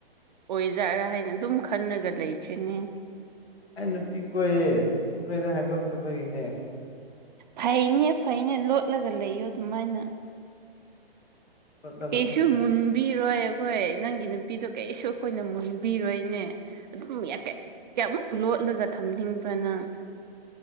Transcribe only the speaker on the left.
ꯑꯩ ꯅꯨꯄꯤ ꯀꯣꯏꯌꯦ ꯅꯣꯏꯗ ꯍꯥꯏꯗꯣꯛꯇꯕꯒꯤꯅꯦ
ꯂꯣꯠꯂꯒ
ꯀꯣꯏꯅꯔꯤꯅꯦ